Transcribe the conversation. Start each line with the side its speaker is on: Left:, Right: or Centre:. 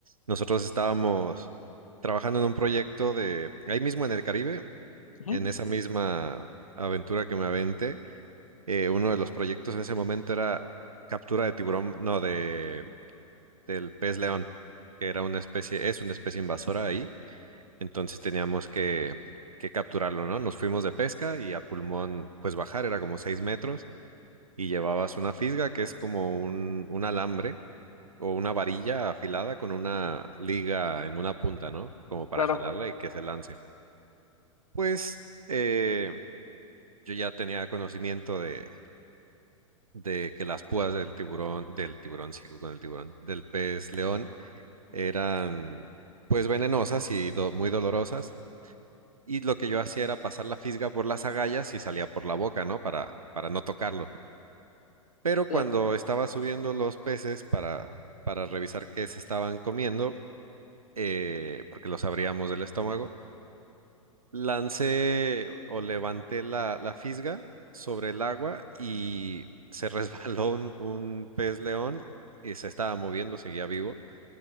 Right: nosotros estábamos trabajando en un proyecto de, ahí mismo en el Caribe,
Left: Ujú,
Right: en esa misma aventura que me aventé. eh, uno de los proyectos en ese momento era captura de tiburón, no, de del pez león, que era una especie, es una especie invasora ahí, entonces teníamos que, que capturarlo, ¿no? Nos fuimos de pesca y a pulmón, pues bajar era como seis metros y llevabas una fisga que es como un, un alambre o una varilla afilada con una liga en una punta, ¿no? Como para
Left: Claro,
Right: jalarla y que se lance. Pues eh, yo ya tenía conocimiento de de que las púas del tiburón, del tiburón, sigo con el tiburón, del pez león eran pues venenosas y do- muy dolorosas. Y lo que yo hacía era pasar la fisga por las agallas y salía por la boca, ¿no? Para, para no tocarlo. Pero
Left: claro,
Right: cuando estaba subiendo los peces para, para revisar qué se estaban comiendo, eh, porque los abríamos del estómago, lancé o levanté la, la fisga sobre el agua y se <laughs> resbaló un, un pez león y se estaba moviendo, seguía vivo